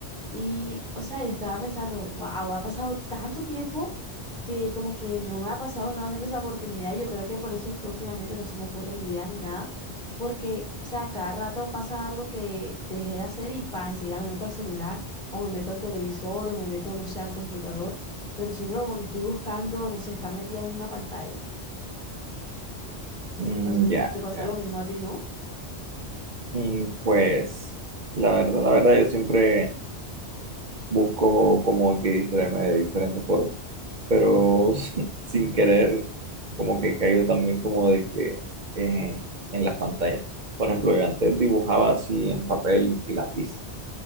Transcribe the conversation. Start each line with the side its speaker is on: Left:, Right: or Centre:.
Centre: Y, o sea, yo estaba pensando, wow, ha pasado tanto tiempo que como que no me ha pasado nuevamente esa oportunidad. Y yo creo que por eso es que últimamente no se me ocurren ni ideas ni nada. Porque, o sea, cada rato pasa algo que dejé de hacer y pa, enseguida me meto al celular o me meto al televisor o me meto, no sé, al computador. Pero siempre como que estoy buscando, no sé, estar metida en una pantalla.
Right: Mm,
Centre: No sé,
Right: ya.
Centre: te pasa
Right: ya.
Centre: lo mismo a ti, ¿no?
Right: Y pues, la verdad, la verdad, yo siempre busco como que distraerme de diferentes formas, pero <laughs> sin querer, como que he caído también como de que es en, en las pantallas. Por ejemplo, yo antes dibujaba así en papel y lápiz,